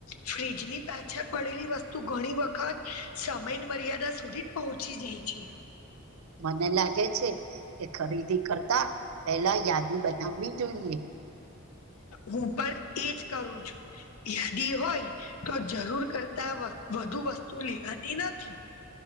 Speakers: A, on the left; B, on the right.
A: ફ્રીજની પાછળ પડેલી વસ્તુ ઘણી વખત સમયની મર્યાદા સુધી પહોંચી જાઈ છે.
B: મને લાગે છે કે ખરીદી કરતા પેલા યાદી બનાવવી જોઈએ.
A: હું પણ એજ કરું છું. યાદી હોય તો જરૂર કરતા વધુ વસ્તુ લેવાતી નથી.